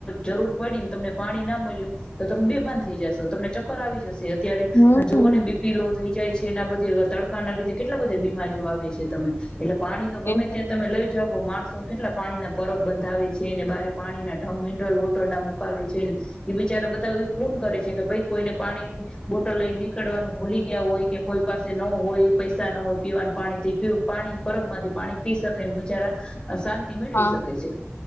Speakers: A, on the left; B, on the left.
A: જરૂર પડીને તમને પાણી ના મળ્યું તો તમે બેભાન થઈ જાશો તમને ચક્કર આવી જશે. ત્યારે
B: હમ
A: અ જોવો ને બીપી લો થઈ જાય છે. તેના બધે તડકાના લીધે કેટલા બધી બીમારીઓ આવે છે તમે. એટલે પાણી તો ગમે
B: એ
A: ત્યાં તમે લઈ જાવ પ માણસ તો કેટલા પાણીના પરબ બંધાવે છે ને બારે પાણીના ઢમ મિનરલ વોટરના મુકાવ છે ન ઈ બિચારા બધા એ પુન કરે છે કે ભઈ કોઈને પાણીની બોટલ લઈન નીકળવાનું ભૂલી ગ્યા હોય કે કોઈ પાસે ન હોય પૈસા ન હોય પીવાનું પાણી થી પીવ પાણી ન પરબમાંથી પાણી પી શકે ન બેચારા અ શાંતિ મેળવી
B: હા
A: શકે છે.